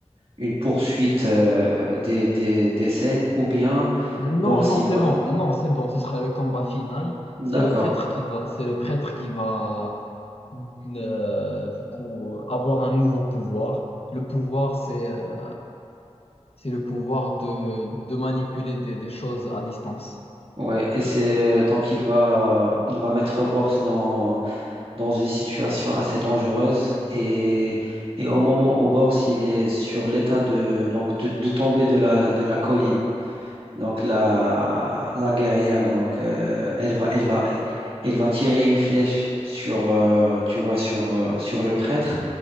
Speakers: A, on the right; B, on the left.
A: une poursuite, euh, des, des, des scènes, ou bien
B: Non,
A: Bors,
B: non,
A: il
B: c'est
A: va...
B: bon. Non, c'est bon. Ce sera le combat final.
A: D'accord.
B: C'est le prêtre qui va... C'est le prêtre qui va... euh, du coup, avoir un nouveau pouvoir. Le pouvoir, c'est euh, c'est le pouvoir de, de manipuler des des choses à distance.
A: Ouais, et c'est euh, donc il va il va mettre Bors dans dans une situation assez dangereuse et et au moment où Bors il est sur l'état de donc de, de tomber de la de la colline Donc la, la guerrière, donc euh, elle va, elle va, elle va tirer une flèche sur, euh, tu vois, sur, euh, sur le prêtre.